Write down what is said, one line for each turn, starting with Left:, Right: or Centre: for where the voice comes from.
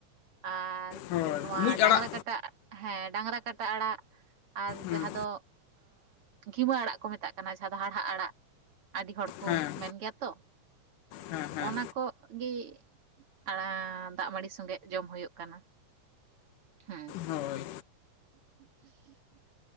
Right: ᱟᱨ
Left: ᱦᱳᱭ
Right: ᱱᱚᱣᱟ
Left: ᱢᱩᱡ
Right: ᱰᱟᱝᱨᱟ
Left: ᱟᱲᱟᱜ
Right: ᱠᱟᱴᱟ ᱦᱮᱸ ᱰᱟᱝᱨᱟ ᱠᱟᱴᱟ ᱟᱲᱟᱜ ᱟᱨ
Left: ᱦᱮᱸ
Right: ᱡᱟᱦᱟᱸ ᱫᱚ <unintelligible> ᱠᱤᱢᱟ ᱟᱲᱟᱜ ᱠᱚ ᱢᱮᱛᱟᱜ ᱠᱟᱱᱟ ᱡᱟᱦᱟᱸ ᱫᱚ ᱦᱟᱲᱦᱟᱫ ᱟᱲᱟᱜ ᱟᱹᱰᱤ ᱦᱚᱲ ᱠᱚ
Left: ᱦᱮᱸ
Right: ᱢᱮᱱ ᱜᱮᱭᱟ ᱛᱚ
Left: ᱦᱮᱸ ᱦᱮᱸ
Right: ᱚᱱᱟ ᱠᱚᱜ ᱜᱮ ᱟᱲᱟᱜ ᱫᱟᱜ ᱢᱟᱹᱰᱤ ᱥᱚᱸᱜᱮ ᱡᱚᱢ ᱦᱩᱭᱩᱜ ᱠᱟᱱᱟ ᱦᱮᱸ
Left: ᱦᱳᱭ
Right: <unintelligible>